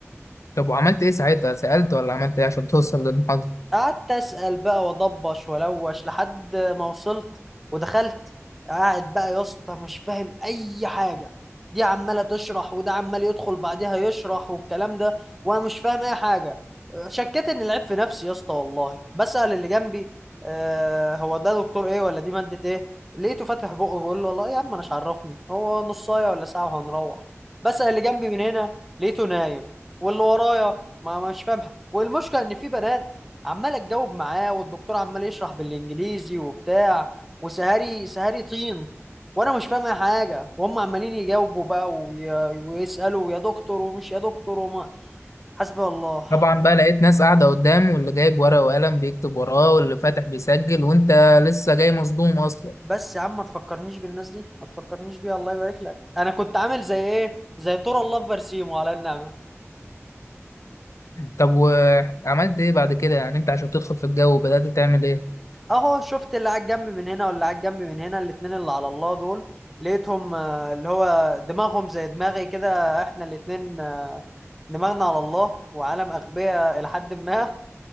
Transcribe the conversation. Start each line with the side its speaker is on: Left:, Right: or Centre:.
Left: طب وعملت إيه ساعتها سألت ولا عملت إيه عشان توصل للمحاضرة
Centre: قعدت اسال بقى واضبش والوش لحد ما وصلت ودخلت قاعد بقى يا اسطى مش فاهم اي حاجه دي عماله تشرح وده عمال يدخل بعدها يشرح والكلام ده وانا مش فاهم اي حاجه شكيت ان العيب في نفسي يا اسطى والله بسال اللي جنبي آه هو ده دكتور ايه ولا دي ماده ايه لقيته فاتح بقه بيقول له والله يا عم انا مش عرفني هو نصايه ولا ساعه وهنروح بسال اللي جنبي من هنا لقيته نايم واللي ورايا ما مش فاهمها والمشكله ان في بنات عمال اتجاوب معاه والدكتور عمال يشرح بالانجليزي وبتاع وسهري سهري طين وانا مش فاهم اي حاجه وهم عمالين يجاوبوا بقى وي- ويسالوا يا دكتور ومش يا دكتور وما حسبي الله
Left: طبعا بقى لقيت ناس قاعدة قدام واللي جايب ورقة وقلم بيكتب وراه واللي فاتح بيسجل وانت لسه جاي مصدوم اصلا
Centre: بس يا عم ما تفكرنيش بالناس دي ما تفكرنيش بيها الله يبارك لك انا كنت عامل زي ايه زي تورا الله في برسيمو على النعمه
Left: طب وعملت ايه بعد كده يعني انت عشان تدخل في الجو بدأت تعمل ايه؟
Centre: اهو شفت اللي على الجنب من هنا واللي على الجنب من هنا الاتنين اللي على الله دول لقيتهم آه، اللي هو دماغهم زي دماغي كده احنا الاتنين آه، دماغنا على الله وعالم اغبياء الى حد ما